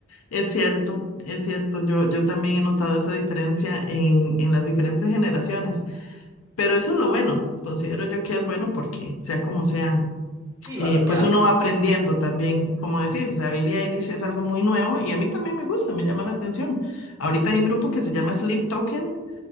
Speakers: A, on the left; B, on the right.
A: Es cierto, es cierto. Yo, yo también he notado esa diferencia en, en las diferentes generaciones, pero eso es lo bueno. Considero yo que es bueno porque sea como sea.
B: Sí,
A: eh,
B: va cambiando.
A: pues uno va aprendiendo también, como decís, o sea, Billie Eilish es algo muy nuevo y a mí también me gusta, me llama la atención. Ahorita
B: Ujú.
A: hay un grupo que se llama Sleep Token,